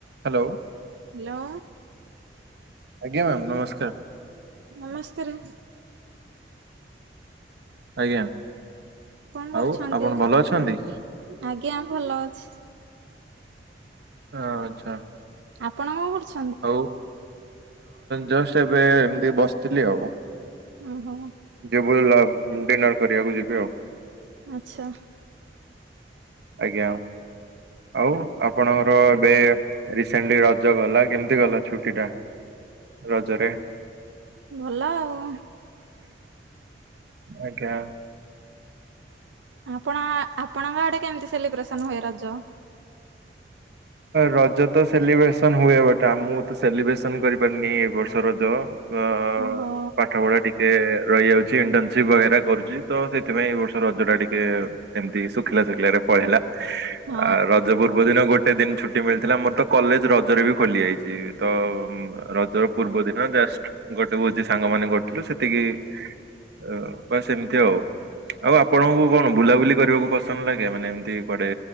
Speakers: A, on the right; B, on the right.
A: Hello.
B: Hello.
A: ଆଜ୍ଞା ma'am ନମସ୍କାର।
B: ନମସ୍କାରେ।
A: ଆଜ୍ଞା,
B: କଣ କରୁଛନ୍ତି?
A: ଆଉ ଆପଣ ଭଲ ଅଛନ୍ତି?
B: ଆଜ୍ଞା ଭଲ ଅଛି।
A: ଆଚ୍ଛା।
B: ଆପଣ କଣ କରୁଛ
A: ଆଉ ଜଷ୍ଟ ଏବେ ଏମିତି ବସିଥିଲି ଆଉ।
B: ଓହୋ
A: ଯେବି ହେଲା ଡିନର କରି ବାକୁ ଯିବି ଆଉ।
B: ଆଚ୍ଛା।
A: ଆଜ୍ଞା। ଆଉ ଆପଣଙ୍କର ଏବେ ରିସେଣ୍ଟଲି ରଜ ଗଲା କେମତି କେମିତି ଗଲା ଛୁଟି ଟା ରଜରେ?
B: ଭଲ ଆଉ।
A: ଆଜ୍ଞା।
B: ଆପଣ ଆପଣଙ୍କ ଆଡେ କେମିତି ସେଲିବ୍ରେସନ ହୁଏ ରଜ?
A: ରଜ ତ ସେଲିବ୍ରେସନ ହୁଏ ବଟ୍ ଆ ମୁଁ ତ ସେଲିବ୍ରେସନ କରିପାରିନି ଏ ବର୍ଷ ରଜ। ଅ
B: ଓହୋ
A: ପାଠପଢା ଡି ଟିକେ ରହିଯାଉଛି। ଇଣ୍ଟର୍ନସିପ ବଗେରା କରୁଛି, ତ ସେଥିପାଇଁ ଏଇ ବର୍ଷ ରଜ ଟା ଟିକେ ଏମିତି ଶୁଖିଲା ଶୁଖିଲାରେ ପଳେଇଲା।
B: ହଁ।
A: ଆଉ ରଜ ପୂର୍ବ ଦିନ ଗୋଟେ ଗୋଟେ ଦିନ ଛୁଟି ମିଳିଥିଲା। ମୋର ତ କଲେଜ ରଜରେ ବି ଖୋଲିଯାଇଛି। ତ ରଜର ପୂର୍ବ ଦିନ ଜଷ୍ଟ ଗୋଟେ ଭୋଜି ସାଙ୍ଗ ମାନେ କରିୁଥିଲୁ, ସେତିକି ଆ ବାସ୍ ସେମିତି ଆଉ। ଆଉ ଆପଣଙ୍କୁ କଣ ବୁଲାବୁଲି କରିବାକୁ ପସନ୍ଦ ଲାଗେ ମାନେ ଏମିତି କୁଆଡେ